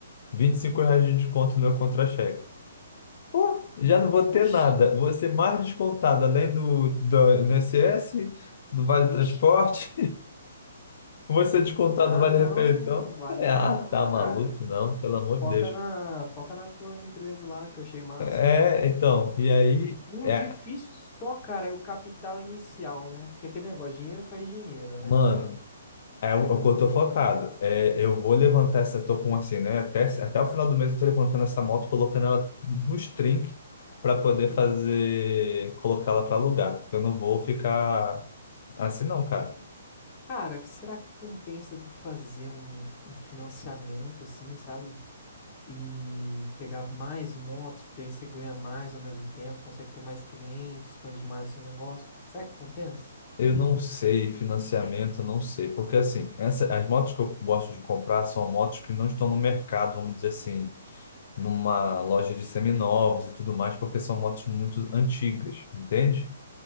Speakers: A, on the left (about 55°); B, on the left (about 25°).
A: 25 reais de desconto no meu contra-cheque. Pô, já não vou ter
B: Oxi,
A: nada. Vou ser mais descontado, além do, do INSS, do Vale
B: oxi.
A: Transporte. Você descontar
B: Ah,
A: do Vale
B: não,
A: Refeição?
B: não vale
A: Eu falei,
B: a pena
A: ah,
B: não,
A: tá
B: cara.
A: maluco, não, pelo amor
B: Foca
A: de Deus.
B: na, foca na tua empresa lá, que eu achei massa.
A: É, então, e aí,
B: O
A: é,
B: difícil só, cara, é o capital inicial, né? Que é aquele negócio, dinheiro faz dinheiro, né?
A: mano, é
B: Dinheiro
A: o, é o que eu
B: faz
A: tô focado.
B: dinheiro.
A: É, eu vou levantar essa, tô com assim, né? Até, até o final do mês eu tô levantando essa moto, colocando ela nos trinques para poder fazer,
B: Hum.
A: colocá-la para alugar. Porque eu não vou ficar assim, não, cara.
B: Cara, será que compensa tu fazer um, um financiamento assim, sabe? E pegar mais motos, porque aí você ganha mais ao mesmo tempo, consegue ter mais clientes, expandir mais seu negócio. Será que compensa?
A: Eu não sei financiamento, eu não sei. Porque assim, essa, as motos que eu gosto de comprar são motos que não estão no mercado, vamos dizer assim numa loja de seminovos e tudo mais, porque são motos muito antigas, entende?